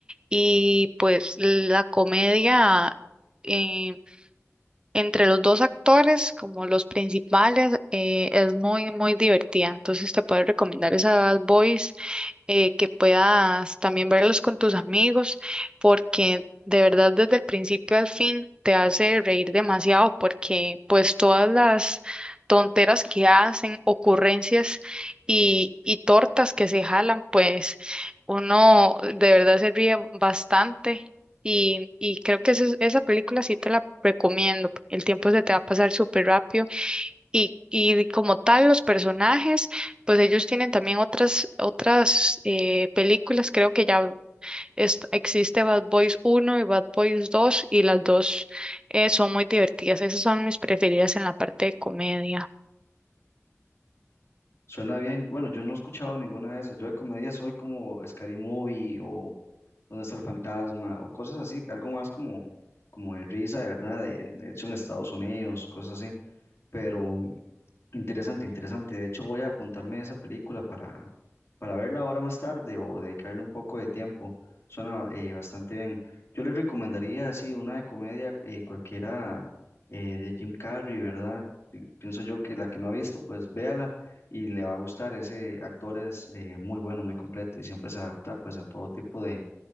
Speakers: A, on the right; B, on the left.
A: y pues la comedia eh, entre los dos actores, como los principales, eh, es muy, muy divertida. Entonces te puedo recomendar esa Bad Boys eh, que puedas también verlos con tus amigos, porque de verdad desde el principio al fin te hace reír demasiado, porque pues todas las tonteras que hacen, ocurrencias y, y tortas que se jalan, pues uno de verdad se ríe bastante. Y, y creo que ese- esa película sí te la recomiendo. El tiempo se te va a pasar súper rápido. Y, y como tal, los personajes, pues ellos tienen también otras, otras eh, películas, creo que ya es- existe Bad Boys uno y Bad Boys dos y las dos eh, son muy divertidas, esas son mis preferidas en la parte de comedia.
B: Suena bien. Bueno, yo no he escuchado ninguna de esas. Yo de comedia soy como Scary Movie o Dónde está el fantasma o cosas así, algo más como, como de risa, de verdad, de, de hecho en Estados Unidos, cosas así. Pero. Interesante, interesante. De hecho, voy a apuntarme esa película para, para verla ahora más tarde o dedicarle un poco de tiempo. Suena eh, bastante bien. Yo les recomendaría así una de comedia eh, cualquiera eh, de Jim Carrey, ¿verdad? Y Pienso yo que la que no ha visto, pues véala y le va a gustar. Ese actor es eh, muy bueno, muy completo y siempre se adapta pues a todo tipo de,